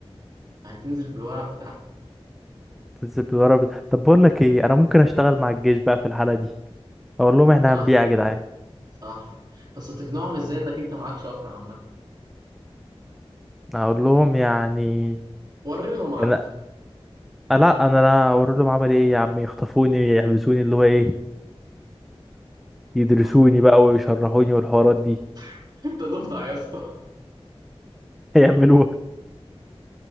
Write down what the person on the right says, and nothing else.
هتنزل بالورق بتاعها
صح
صح بس هتقنعهم ازاي انك انت معاك شفرة عامة
وري لهم عقل
صح
<laughs> انت ضفدع يا اسطى